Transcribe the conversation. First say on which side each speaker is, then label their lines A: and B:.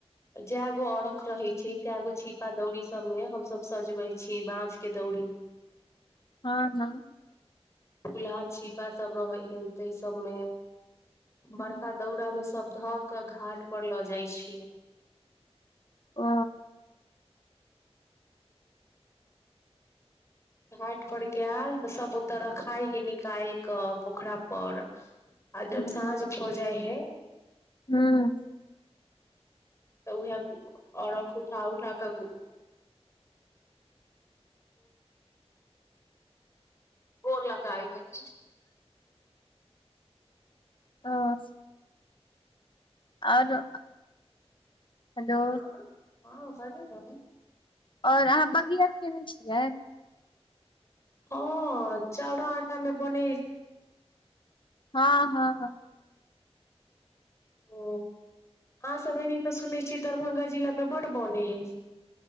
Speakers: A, on the left (about 25°); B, on the left (about 50°).
A: जए गो अर्ख रहै छै तए गो छीपा दौरी सबमे हमसभ सजबै छीयै बाँस के दौरी
B: हँ हँ
A: वहै छिपा सभ रहै हय तै सबमे
B: हूँ
A: बड़का दौड़ मे सब धऽ कऽ घाट पर लऽ जाइ छी
B: ओ
A: त घाट पर गेयल त सब ओतऽ रखाइ ही निकाय के पोखरा पर आ
B: हूँ
A: जब साँझ भऽ जाइ है
B: हूँ
A: तऽ उएह औरख उठा उठा कऽ गोर लगाइ कर
B: हँ आरो हेलो
A: आँ हँ बाजू ने
B: आओर अहाँ बगिया खयने छियै
A: हँ चउड़ऽ आटा मे बनै
B: हँ हँ हँ
A: ओ आ समनी त सुनै छी दरभङंगा जिला बड्ड बने है